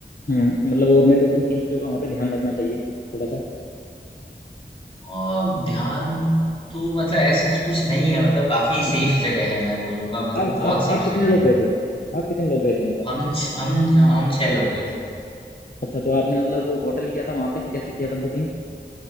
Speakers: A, on the left; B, on the left.
A: हम्म, मतलब और मेरे को किन किन चीज़ों का वहाँ पे ध्यान रखना चाहिए थोड़ा सा
B: अ, ध्यान तो मतलब ऐसा कुछ नहीं है मतलब काफी
A: अच्छा
B: सेफ जगह है मैं बोलूंगा मतलब
A: अब
B: बहुत
A: आप
B: सेफ
A: आप कितने
B: जगह
A: लोग
B: है
A: गए थे आप कितने लोग गए थे मतलब
B: हम छ- हम हम छह लोग गए थे
A: अच्छा तो आपने मतलब वो होटल किया था वहाँ पे कि कैसे किया था बुकिंग